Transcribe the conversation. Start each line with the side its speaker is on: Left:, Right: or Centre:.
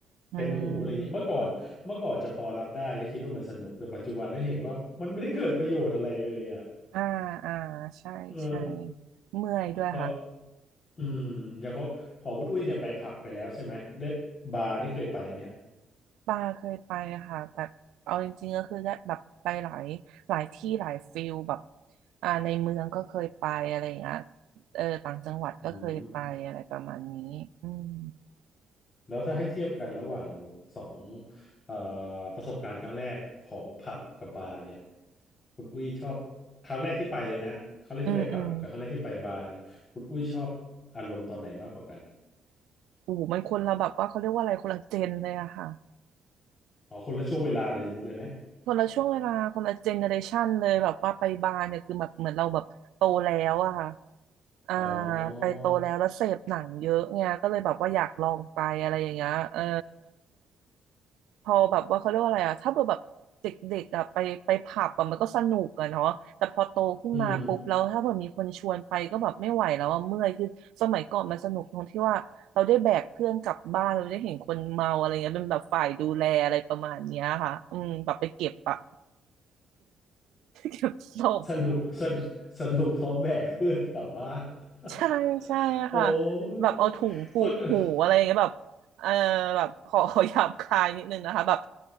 Right: อืม
Left: เต็มหูอะไรเงี้ยเมื่อก่อนเมื่อก่อนจะพอรับได้ก็คิดว่ามันสนุกแต่ปัจจุบันได้เห็นว่ามันไม่ได้เกิดประโยชน์อะไรเลยอ่ะ
Right: อ่าอ่าใช่ใช่
Left: เออ
Right: เมื่อยด้วยค่ะ
Left: ก็อืมอย่างของของคุณอุ้ยเนี่ยไปผับไปแล้วใช่ไหมได้บาร์นี่เคยไปไหมฮะ
Right: ป้าเคยไปอะค่ะแบบเอาจริงๆก็คือได้แบบไปหลายหลายที่หลายฟิลแบบอ่าในเมืองก็เคยไปอะไรอย่างเงี้ยเออต่างจังหวัดก็เคยไปอะไรประมาณนี้อืม
Left: อืม แล้วถ้าให้เทียบกันระหว่างสองเอ่อประสบการณ์ครั้งแรกของผับกับบาร์เนี่ยคุณอุ้ยชอบครั้งแรกที่ไปเลยนะฮะครั้งแรกที่ไปผับกับครั้งแรกที่ไปบาร์เนี่ยคุณอุ้ยชอบอารมณ์ตอนไหนมากกว่ากัน
Right: อืมอืมโอ้โหมันคนละแบบว่าเขาเรียกว่าอะไรคนละเจนเลยอะค่ะ
Left: อ๋อคนละช่วงเวลาเลยเลยไหม
Right: คนละช่วงเวลาคนละเจเนอเรชันเลยแบบว่าไปบาร์เนี่ยคือแบบเหมือนเราแบบโตแล้วอะค่ะอ่า
Left: อ๋อ
Right: ไปโตแล้วแล้วเสพหนังเยอะไงก็เลยแบบว่าอยากลองไปอะไรอย่างเงี้ยเออพอแบบว่าเขาเรียกว่าอะไรอะถ้าเกิดแบบเด็กๆอะไปไปผับอะมันก็สนุกอะเนาะแต่พอโตขึ้นมาปุ๊บแล้วถ้าเกิดมีคนชวนไปก็แบบไม่ไหวแล้วอะเมื่อยคือสมัยก่อนมันสนุกตรงที่ว่าเราได้แบกเพื่อนกลับบ้านเราได้เห็นคนเมาอะไรเงี้ยเป็นแบบฝ่ายดูแลอะไรประมาณเนี้ยค่ะอืมแบบไปเก็บอะ
Left: อืม
Right: เก็บศพ
Left: <laughs> สนุกสนสนุกเพราะแบกเพื่อนกลับบ้าน <laughs>
Right: ใช่ใช่ค่ะ
Left: โอ้ย
Right: แบบเอาถุงผูกหูอะไรอย่างเงี้ยแบบเออแบบขอ
Left: คน <laughs>
Right: <laughs> ขอหยาบคายนิดนึงนะคะแบบ